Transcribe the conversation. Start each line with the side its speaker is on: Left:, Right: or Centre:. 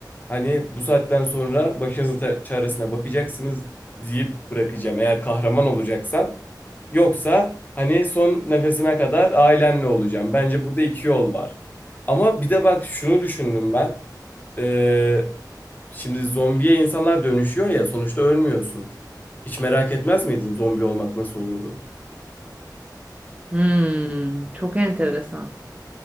Left: hani bu saatten sonra başınızın ta- çaresine bakacaksınız deyip bırakacağım eğer kahraman olacaksam yoksa hani son nefesine kadar ailemle olacağım bence burada iki yol var ama bir de bak şunu düşündüm ben Ee, şimdi zombiye insanlar dönüşüyor ya sonuçta ölmüyorsun hiç merak etmez miydin zombi olmak nasıl olurdu?
Right: Hmm, çok enteresan.